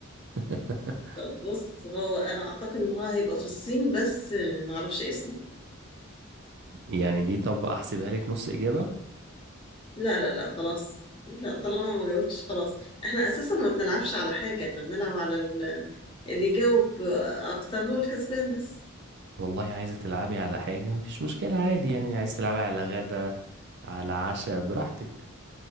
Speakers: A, on the right (about 55°); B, on the left (about 25°).
A: <laughs>
B: طب بص هو أنا أعتقد إن هو هيبقى في الصين بس آه، معرفش اسمه
A: يعني دي طب احسبها لك نص اجابه
B: لا لا لا خلاص لا طالما ما جاوبتش خلاص احنا اساسا ما بنلعبش على حاجة احنا بنلعب على ال- اللي يجاوب اكتر هو الكسبان بس
A: والله عايزه تلعبي على حاجه مفيش مشكله عادي يعني عايزه تلعبي على غدا على عشاء براحتك